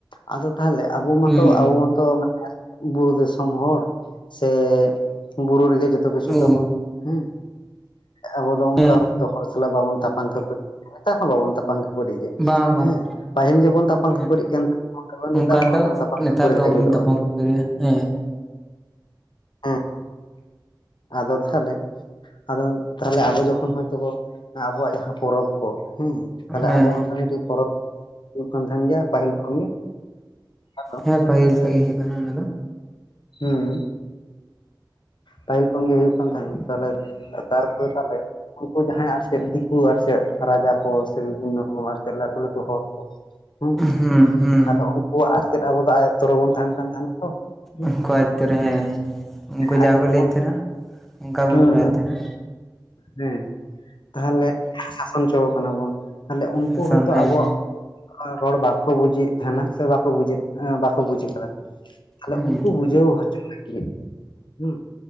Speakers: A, on the left (about 75°); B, in the centre.
A: ᱟᱫᱚ ᱛᱟᱦᱚᱞᱮ ᱟᱵᱚ ᱢᱟᱛᱚ
B: ᱦᱩᱸ
A: ᱟᱵᱚ ᱢᱟ ᱛᱚ ᱢᱟᱱᱮ ᱵᱩᱨᱩ ᱫᱤᱥᱚᱢ ᱦᱚᱲ ᱥᱮ ᱵᱩᱨᱩ ᱨᱮᱜᱮ ᱡᱚᱛᱚ ᱠᱤᱪᱷᱩ
B: ᱳ
A: ᱛᱟᱵᱚᱱ ᱦᱮᱸ ᱟᱵᱚ ᱫᱚ ᱚᱱᱠᱟ
B: ᱦᱮᱸ
A: ᱛᱚ ᱦᱚᱲ ᱥᱟᱞᱟᱜ ᱵᱟᱵᱚᱱ ᱛᱟᱯᱟᱢ ᱠᱷᱟᱹᱯᱟᱹᱨᱤ ᱱᱮᱛᱟᱨ ᱦᱚᱸ ᱵᱟᱵᱚᱱ ᱛᱟᱯᱟᱢ ᱠᱷᱟᱹᱯᱟᱹᱨᱤ ᱜᱮᱭᱟ, ᱦᱮᱸ
B: ᱵᱟᱝ ᱵᱟᱝ
A: ᱯᱟᱹᱦᱤᱞ ᱡᱮᱵᱚᱱ ᱛᱟᱯᱟᱢ
B: ᱦᱮᱸ
A: ᱠᱷᱟᱹᱯᱟᱹᱨᱤᱜ ᱠᱟᱱ ᱛᱟᱱᱟ ᱚᱸᱰᱮ
B: ᱚᱱᱠᱟ
A: ᱱᱮᱛᱟᱨ ᱦᱚᱸ
B: ᱫᱚ
A: ᱵᱟᱵᱚᱱ ᱛᱟᱯᱟᱱ
B: ᱱᱮᱛᱟᱨ
A: ᱠᱷᱟᱹᱯᱟᱹᱨᱤ
B: ᱫᱚ
A: ᱞᱟᱹᱜᱤᱫᱚᱜᱼᱟ᱾
B: ᱵᱟᱵᱚᱱ ᱛᱟᱯᱟᱢ ᱦᱮᱸ ᱾
A: ᱦᱮᱸ ᱟᱫᱚ ᱛᱟᱦᱚᱞᱮ ᱟᱫᱚ ᱛᱟᱦᱚᱞᱮ ᱟᱵᱚ ᱡᱚᱠᱷᱚᱱ ᱦᱚᱭ ᱛᱚᱵᱚ ᱟᱵᱚᱣᱟᱜ ᱡᱟᱦᱟᱸ ᱯᱚᱨᱚᱵᱽ ᱠᱚ ᱦᱮᱸ ᱛᱟᱦᱞᱮ
B: ᱦᱮᱸ
A: ᱟᱵᱚᱣᱟᱜ ᱚᱱᱠᱟᱱ ᱢᱤᱫᱴᱤᱡ ᱯᱚᱨᱚᱵᱽ ᱦᱩᱭᱩᱜ ᱠᱟᱱ ᱛᱟᱦᱮᱱ ᱜᱮᱭᱟ ᱯᱟᱹᱦᱤᱞ ᱠᱷᱚᱱ ᱜᱮ ᱟᱫᱚ
B: ᱦᱮᱸ ᱯᱟᱹᱦᱤᱞ ᱠᱷᱚᱡ ᱦᱮᱡ ᱟᱠᱟᱱᱟ ᱚᱱᱟ ᱫᱚ ᱾
A: ᱦᱩᱸ ᱯᱟᱹᱦᱤᱞ ᱠᱷᱚᱱ ᱜᱮ ᱦᱩᱭᱩᱜ ᱠᱟᱱ ᱛᱟᱦᱮᱸᱱᱟ ᱛᱟᱦᱚᱞᱮ ᱛᱟᱨᱯᱚᱨᱮ ᱛᱟᱦᱚᱞᱮ ᱩᱱᱠᱩ ᱡᱟᱦᱟᱸᱭ ᱟᱨ ᱪᱮᱫ ᱫᱤᱠᱩ ᱟᱨ ᱪᱮᱫ ᱨᱟᱡᱟ ᱠᱚ ᱥᱮ ᱵᱤᱵᱷᱤᱱᱱᱚ ᱨᱚᱠᱚᱢ ᱟᱨ ᱪᱮᱫ ᱞᱟᱹᱴᱩ ᱞᱟᱹᱴᱩ ᱦᱚᱲ ᱾
B: ᱦᱩᱸ ᱦᱩᱸ
A: ᱟᱫᱚ ᱩᱱᱠᱩᱣᱟᱜ ᱟᱨ ᱪᱮᱫ ᱟᱵᱚ ᱫᱚ ᱟᱭᱚᱛᱛᱚ ᱨᱮᱵᱚᱱ ᱛᱟᱦᱮᱸᱱ ᱠᱟᱱ ᱛᱟᱦᱮᱱᱟ ᱛᱚ᱾ ᱦᱮᱸ
B: ᱩᱱᱠᱩ ᱟᱭᱚᱛᱛᱚ ᱨᱮ ᱦᱮᱸ ᱩᱱᱠᱩ ᱡᱟᱦᱟᱸ
A: ᱟᱹᱰᱤ
B: ᱠᱚ
A: ᱫᱤᱱ
B: ᱞᱟᱹᱭᱮᱫ
A: ᱵᱚᱱ
B: ᱛᱟᱦᱮᱸᱱᱟ ᱚᱱᱠᱟ ᱵᱚᱱ
A: ᱦᱮᱸ
B: ᱠᱚᱨᱟᱣᱮᱫ
A: ᱦᱮᱸ
B: ᱛᱟᱦᱮᱸᱱᱟ᱾
A: ᱦᱮᱸ ᱛᱟᱦᱚᱞᱮ ᱥᱟᱥᱚᱱ ᱦᱚᱪᱚ ᱟᱠᱟᱱᱟ ᱵᱚᱱ ᱾ ᱛᱟᱦᱚᱞᱮ ᱩᱱᱠᱩ
B: ᱥᱟᱥᱚᱱ
A: ᱦᱚᱭᱛᱳ
B: ᱦᱮᱸ
A: ᱟᱵᱚᱣᱟᱜ ᱨᱚᱲ ᱵᱟᱠᱚ ᱵᱩᱡᱮᱫ ᱛᱟᱦᱮᱸᱱᱟ ᱥᱮ ᱵᱟᱠᱚ ᱵᱩᱡᱮᱫ ᱵᱟᱠᱚ ᱵᱩᱡ ᱠᱟᱫᱟ ᱟᱫᱚ
B: ᱦᱩᱸ
A: ᱩᱱᱠᱩ ᱵᱩᱡᱷᱟᱹᱣ ᱦᱚᱪᱚ ᱞᱟᱹᱜᱤᱫ ᱦᱮᱸ